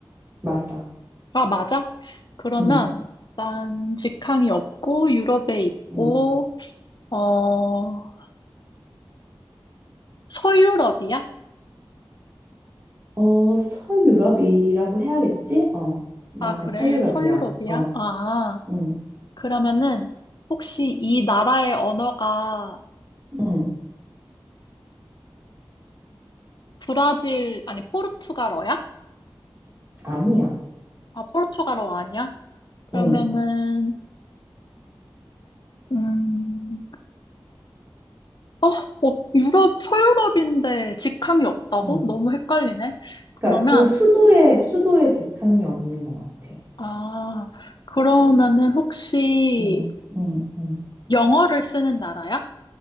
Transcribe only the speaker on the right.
맞아.
응,
응.
어, 서유럽이라고 해야겠지? 어, 맞아.
서유럽이야.
어,
응,
응.
아니야.
응,
응.
그러니까 그 수도에 수도에 직항이 없는 것 같아.
응, 응, 응.